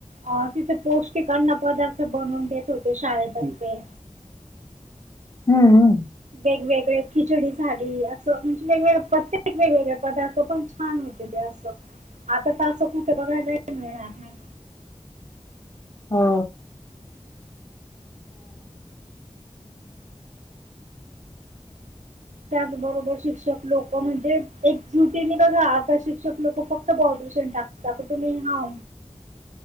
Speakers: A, on the right; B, on the left.
A: अ तिथे पौष्टिक अन्न पदार्थ बनवून देत होते शाळेतर्फे.
B: हम्म हम्.
A: वेगवेगळे खिचडी झाली असं म्हणजे वेगवेगळ प्रत्येक वेगवेगळे पदार्थ पण छान होते ते असं आता तर असं कुठे बघायलाही मिळणार नाही
B: हो
A: त्याचबरोबर शिक्षक लोक म्हणजे एक जुटीने बघा राता शिक्षक लोक फक्त बहपशन टाकत तर तुम्ही हा